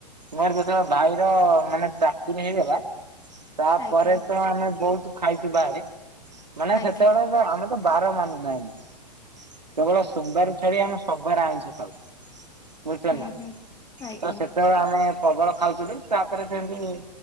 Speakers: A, on the right (about 80°); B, on the left (about 15°).
A: ମୋର ଯେତେବେଳେ ଭାଇର ମାନେ ଚାକିରି ହେଇଗଲା। ତାପରେ
B: ଆଜ୍ଞା
A: ତ ଆମେ ବହୁତ ଖାଇଚୁ ବାହାରେ। ମାନେ
B: ଆଜ୍ଞା
A: ସେତେବେଳେ ଆମେ ବାର ମାନୁ ନା ଆମେ, କେବଳ ସୋମବାର ଛାଡିକି ଆମେ ସବୁବାର ଆଇଁଷ ଖାଉଚୂ। ବୁଝିପ
B: ହୁଁ
A: ନା,
B: ହୁଁ
A: ତ
B: ଆଜ୍ଞା
A: ସେତେବେଳେ ଆମେ ପ୍ରବଳ ଖାଉଥିଲୁ ତାପରେ ଯେମତି